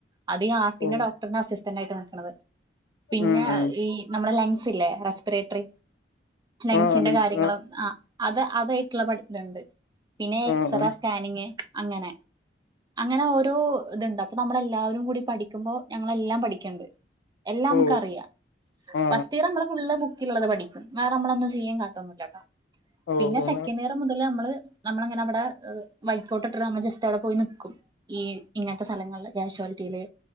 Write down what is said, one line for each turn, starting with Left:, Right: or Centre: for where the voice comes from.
Right: അത് ഹാർട്ടിന്റെ
Left: ഓ
Right: ഡോക്റിന്റെ അസിസ്റ്റ തന്നായിട്ട് നിക്കണത് പിന്നെ
Left: ഉം ഉം
Right: ഈ നമ്മുടെ ലൻസ് ഇല്ലേ റെസ് പേറ്ററി ലൻസിന്റെ
Left: ആ ലിങ്ക്സ്
Right: കാര്യങ്ങളും ആ അത് അതായിട്ടുള്ള പടുത്തണ്ട് പിന്നെ എക്സറ
Left: ആ ആ
Right: സ്കാനിങ് അങ്ങനെ അങ്ങനെ ഓരോ ഇത്ണ്ട് അപ്പൊ നമ്മളെല്ലാവരും കൂടി പഠിക്കുമ്പോ ഞങ്ങളെല്ലാം പഠിക്ക്ണ്ട് എല്ലാം
Left: ഓ
Right: നമുക്ക് അറിയാ
Left: ആ
Right: ഫാസ്റ്റ് യിയർ നമ്മള് ഫുള്ള് ബുക്കിലു ള്ളത് പഠിക്കും വേറെ നമ്മളൊന്നും ചെയ്യാ കാട്ടൊന്നുല്ല കേട്ടോ
Left: ഓ
Right: പിന്നെ
Left: ആ
Right: സെക്കൻഡ് ഇയർ മുതൽ നമ്മള് നമ്മളെങ്ങനെ അവിടെ വൈക്കോട്ടിട്ട് നമ്മ ജസ്റ്റ് അവിടെ പോയി നിക്കും ഈ ഇങ്ങനത്തെ സ്ഥലങ്ങളില് ക്യാ ഷ്യാലിറ്റിയില്